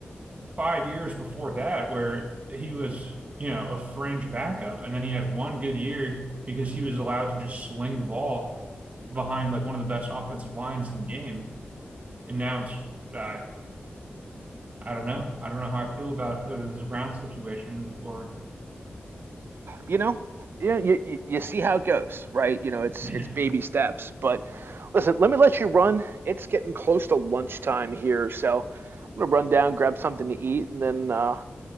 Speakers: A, on the right (about 35°); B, on the right (about 65°).
A: five years before that where he was, you know, a fringe backup. And then he had one good year because he was allowed to just sling the ball behind like one of the best offensive lines in the game. And now it's, uh, I don't know. I don't know how I feel about uh, this Brown situation moving forward. <laughs>
B: you know, you, know, you you you see how it goes, right? You know, it's
A: Yeah.
B: it's baby steps. But listen, let me let you run. It's getting close to lunchtime here, so I'm gonna run down, grab something to eat, and then uh,